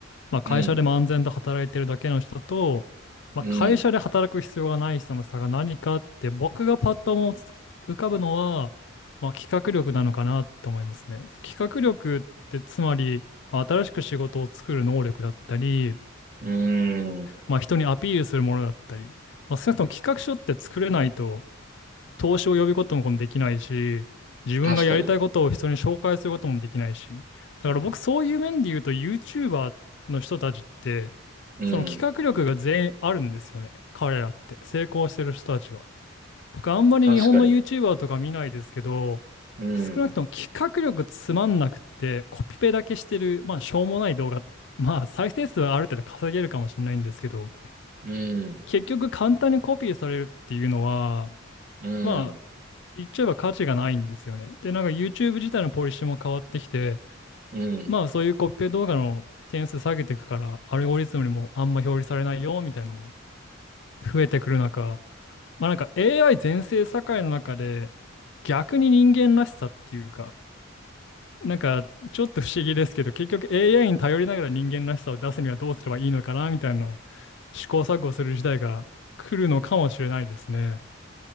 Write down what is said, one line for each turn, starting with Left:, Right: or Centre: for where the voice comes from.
Left: まあ、会社でも安全と働いてるだけの人と、
Right: うん。
Left: まあ、
Right: うん。
Left: 会社で働く必要がない人の差が何かって僕がパッと思い浮かぶのは、まあ、企画力なのかなと思いますね。企画力ってつまり、まあ新しく仕事を作る能力だったり、
Right: うーん。
Left: まあ、人にアピールするものだったり、まあ、少なくとも企画書って作れないと投資を呼び込むこともできないし、自分がやりたいことを人に紹介することもできないし、
Right: 確かに。
Left: だから僕そういう面で言うと YouTuber の人たちって、
Right: うん。
Left: その企画力が全員あるんですよね。彼らって。成功してる人たちは。僕あんまり日本の
Right: 確かに。
Left: YouTuber とか見ないですけど、
Right: うん。
Left: 少なくとも企画力つまんなくってコピペだけしてる、まあしょうもない動画、まあ再生数はある程度稼げるかもしれないんですけど、
Right: うん。
Left: 結局簡単にコピーされるっていうのは、
Right: うん。
Left: ま言っちゃえば価値がないんですよね。で、なんか YouTube 自体のポリシーも変わってきて、
Right: うん。
Left: まあそういうコッペ動画の点数下げていくから、アルゴリズムにもあんま表示されないよみたいなのも増えてくる中、まあなんか AI 全盛社会の中で逆に人間らしさっていうか、なんかちょっと不思議ですけど、結局 AI に頼りながら人間らしさを出すにはどうすればいいのかなみたいなのを試行錯誤する時代が来るのかもしれないですね。